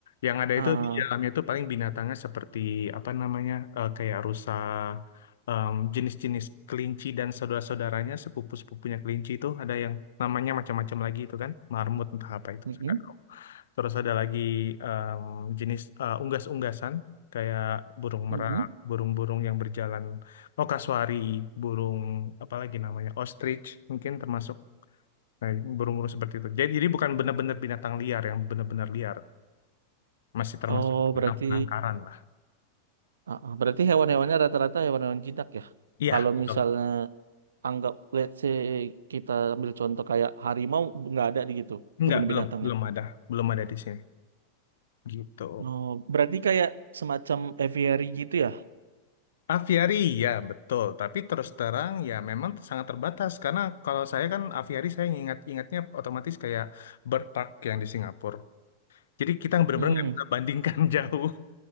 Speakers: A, on the left (about 60°); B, on the right (about 65°).
A: Yang ada
B: Ah,
A: itu di dalamnya itu paling binatangnya seperti apa namanya, eh, kayak rusa, em, jenis-jenis kelinci dan saudara-saudaranya, sepupu-sepupunya kelinci itu ada yang namanya macam-macam lagi itu kan, marmut entah apa itu,
B: mm-mm,
A: saya nggak tahu. Terus ada lagi em, jenis eh, unggas-unggasan kayak burung
B: mm-mm.
A: merak, burung-burung yang berjalan, oh kasuari, burung apa lagi namanya, ostrich mungkin termasuk eh, burung-burung seperti itu. Jadi, jadi bukan benar-benar binatang liar yang benar-benar liar, masih termasuk
B: Oh, berarti
A: binatang penangkaran lah.
B: ah, ah, berarti hewan-hewannya rata-rata hewan-hewan jinak ya.
A: Iya,
B: Kalau
A: betul.
B: misalnya anggap let's say kita ambil contoh kayak harimau nggak ada di gitu
A: Enggak,
B: kebun
A: belum,
B: binatangnya.
A: belum ada, belum ada di sini. Gitu.
B: Oh, berarti kayak semacam aviary gitu ya.
A: Aviari, ya betul. Tapi terus terang ya memang sangat terbatas karena kalau saya kan aviari saya ingat-ingatnya otomatis kayak bird park yang di Singapura. Jadi kita benar-benar
B: Mm-mm.
A: nggak bisa bandingkan <laughs> jauh,